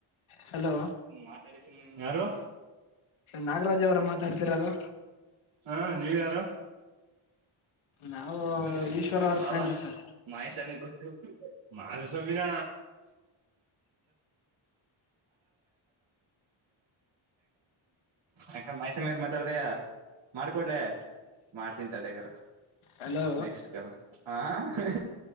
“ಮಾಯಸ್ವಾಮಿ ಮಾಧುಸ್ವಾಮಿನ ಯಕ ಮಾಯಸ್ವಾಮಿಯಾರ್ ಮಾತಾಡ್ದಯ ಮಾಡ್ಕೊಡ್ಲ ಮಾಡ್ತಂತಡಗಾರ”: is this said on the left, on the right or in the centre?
Right